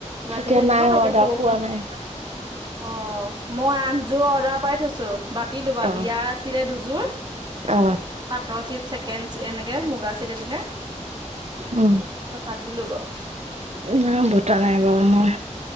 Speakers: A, on the right; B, on the right.
A: বাতি
B: এতিয়া
A: থাকিব
B: নাই
A: লাগে
B: অৰ্ডাৰ
A: সও
B: পোৱা
A: পা।
B: নাই
A: অ মই আঠযোৰ অৰ্ডাৰ পাই থৈছো, বাতিলো বাও
B: অ
A: বিয়া আছিলে দুযোৰ।
B: অ।
A: পাটৰ চিত চছেকেণ্ড এনেকে মুগা চিট এনেকে
B: উম।
A: তাৰপিছত পাতিলো বাৰু
B: না বটা নাই বাউ মই।